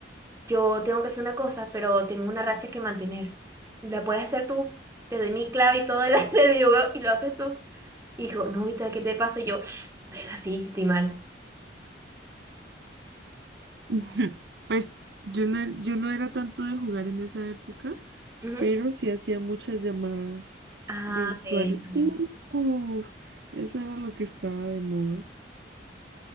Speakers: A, on the right; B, on the right.
A: yo tengo que hacer una cosa, pero tengo una racha que mantener. La puedes hacer tú, te doy mi clave y todo el, <laughs> del videojuego y lo haces tú. Hijo, no, ¿y tú qué te pasa? Y yo, <sniffs> venga, sí, estoy mal.
B: <laughs> Pues yo no, yo no era tanto de jugar en esa época,
A: Ujú.
B: pero sí hacía muchas llamadas
A: Ah,
B: virtuales.
A: sí, yo también.
B: Uf, eso era lo que estaba de moda.